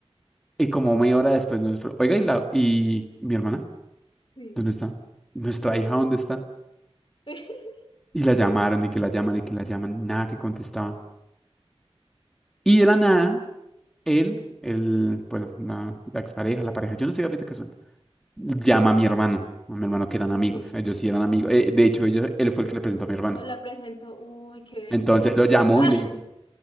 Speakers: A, in the centre; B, on the left.
A: Y como media hora después, nosotros, oiga, ¿y, la, y y mi hermana?
B: Sí,
A: ¿Dónde está? ¿Nuestra hija dónde está?
B: <laughs>
A: Y la llamaron, y que la llaman, y que la llaman, nada que contestaban. Y de la nada, él, el, bueno, la, la expareja, la pareja, yo no sé ahorita qué son, llama a mi hermano, a mi hermano que eran amigos,
B: sí.
A: ellos sí eran amigos, eh, de hecho ellos, él fue el que le presentó a mi hermano.
B: Os la presento. Uy, qué denso,
A: Entonces
B: ¿no?
A: lo llamó
B: ¡Ah!
A: y le dijo,